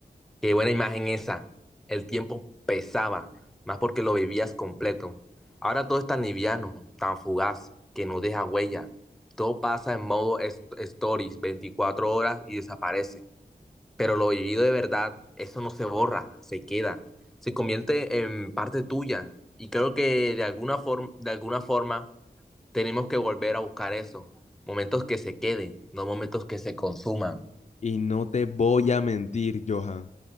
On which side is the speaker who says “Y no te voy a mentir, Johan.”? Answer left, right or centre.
Left